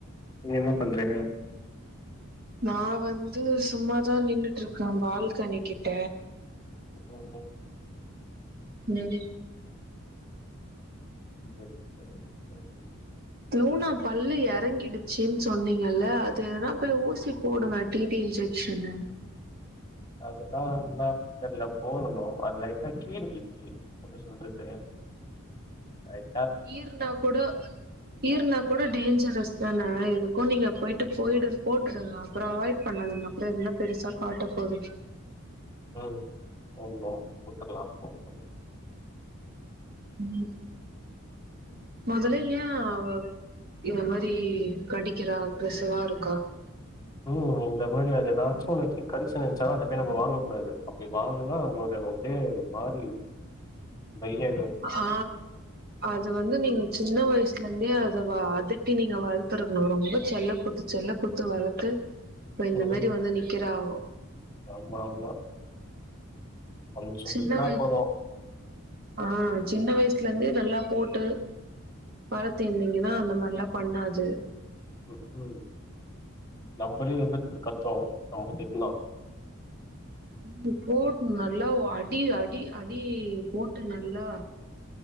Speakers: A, on the left; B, on the right.
A: நீங்க என்ன பண்றீங்க
B: நா வந்து சும்மாதா நின்னுட்டுருக்கே பால்கனி கிட்ட
A: ம் ம்
B: நீங்க
A: <inaudible>
B: லூனா பல்லு எறங்கிடுச்சுனு சொன்னீங்கல அது எதனா போய் ஊசி போடுங்க டி டி இஞ்ச க்ஷனு
A: அதுதா என்னா தெர்ல போகணு அது லைட்டா கீறிக்கிச்சு எப்டி சொல்றது அய்
B: கீறுனா கூட கீறுனா கூட டேஞ்சரஸ் தானே எதுக்கு நீங்க போயிட்டு போயிடு போட்டுடுங்க அப்றோ அவாய்ட் பண்ணாதிங்க அப்றோ எதனா பெருசா காட்ட போது
A: ம் போங்கோ கொத்துருலா அப்போ <inaudible>
B: ம் மொதல்ல யா அவ இந்த மாரி கடிக்கிறா கொசுவா இருக்கா
A: ம் இந்த மாரி அது ஏதாச்சும் ஒன்னு எடுத்து கடிச்சு நெனச்சாலு அத போய் நம்ம வாங்க கூடாது அப்டி வாங்னா <inaudible> அப்டியே ஒரு மாரி டையா
B: ஆ அத வந்து நீங்க சின்ன வயசுல இந்தே அத வ அதட்டி நீங்க வளத்துக்கணு ரொம்ப செல்லகுத்து செல்லொ குத்து வளத்து இப்ப இந்த
A: ம்.
B: மாரி வந்து நிக்குறாவோ
A: ஆமா ஆமா கொஞ்சம்
B: சின்ன
A: திட்டுனா
B: வ
A: போதும்.
B: ஆ சின்ன வயசுலந்து நல்லா போட்டு பழுத்து இந்தீங்கனா அந்த மாரிலா பண்ணாது
A: உம் ம் நம்ளே எதிர்து கத்தோம் நம்ம திட்னா
B: ம் போடு நல்லா அடி அடி அடி போட்டு நல்லா